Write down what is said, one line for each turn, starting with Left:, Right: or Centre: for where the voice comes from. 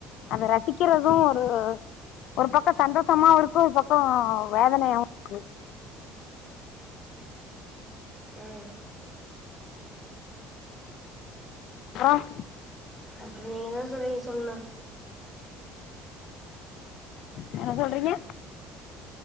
Left: அதை ரசிக்கிறதும் ஒரு ஒரு பக்கம் சந்தோஷமாவு இருக்கு ஒரு பக்கம் வேதனையாவு இருக்கு
Centre: ம்
Left: ஆஹ்
Centre: அப்புறம் நீங்க தா தோழி சொல்ணு
Left: என்ன சொல்றீங்க